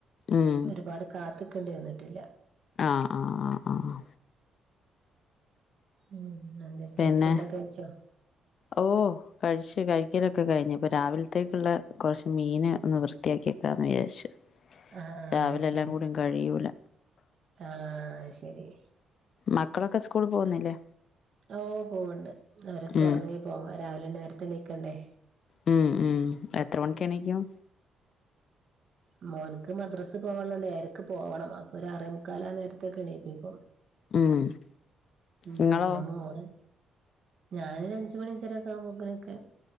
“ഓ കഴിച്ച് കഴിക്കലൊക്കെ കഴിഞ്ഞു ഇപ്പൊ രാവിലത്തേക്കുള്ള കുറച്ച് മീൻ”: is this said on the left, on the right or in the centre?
Left